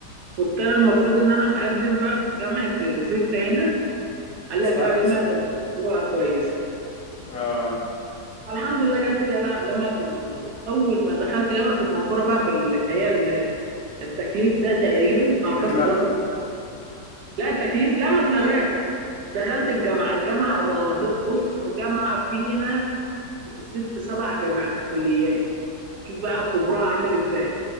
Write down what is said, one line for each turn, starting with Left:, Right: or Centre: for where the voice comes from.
Right: كنت انا المفروض ان انا مقدم بقى في جامعه زفت هنا قال
Left: اسمها
Right: لك لا جامعه المنصوره كويسه
Left: اه
Right: فالحمد لله جات لي جدا- جامعه المنصوره اول ما دخلت جامعه المنصوره بقى باللي هي ال- التكليف ده تقريبا اعتقد
Left: اتلغى
Right: هو اسمه كده لا التكليف لا ما اتلغاش دخلت الجامعه الجامعه بقى- بص جامعه فيها ست سبع جامعات كليات شوف بقى كبرها عامل ازاي